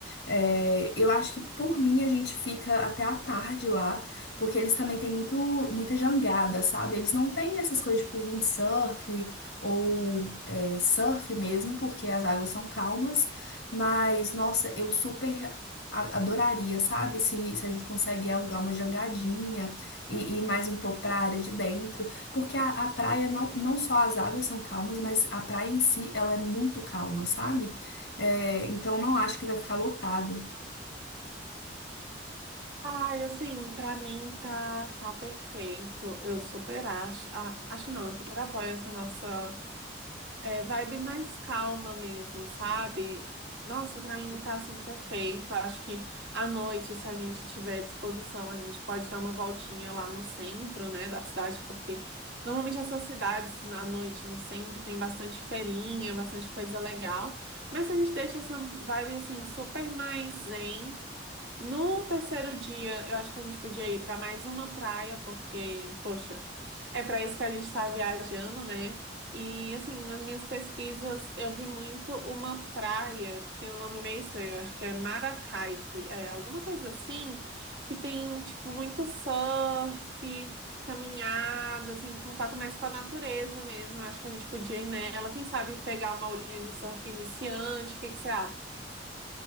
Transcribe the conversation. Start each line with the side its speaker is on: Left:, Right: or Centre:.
Left: É, eu acho que por mim a gente fica até a tarde lá, porque eles também têm muito, muita jangada, sabe? Eles não têm essas coisas tipo windsurf ou é, surf mesmo, porque as águas são calmas, mas nossa, eu super. a- Adoraria, sabe? Se, se a gente consegue alugar uma jangadinha e, e mais um pouco pra área de dentro. Porque a, a praia, não, não só as águas são calmas, mas a praia em si, ela é muito calma, sabe? É, então não acho que vai ficar lotado.
Right: Ai, assim, pra mim tá, tá perfeito. Eu super acho. ah, acho não, eu super apoio essa nossa. É, vibe mais calma mesmo, sabe? Nossa, pra mim tá assim perfeito. Acho que à noite, se a gente tiver disposição, a gente pode dar uma voltinha lá no centro, né, da cidade, porque normalmente essas cidades à noite no centro tem bastante feirinha, bastante coisa legal. Mas a gente deixa essa vibe assim super mais zen. No terceiro dia, eu acho que a gente podia ir para mais uma praia, porque, poxa, é para isso que a gente está viajando, né? E, assim, nas minhas pesquisas, eu vi muito uma praia que tem um nome meio estranho, eu acho que é Maracaipe, é alguma coisa assim, que tem, tipo, muito surf, caminhada, assim, contato mais com a natureza mesmo. Eu acho que a gente podia ir nela, quem sabe pegar uma aulinha de surf iniciante, o que que você acha?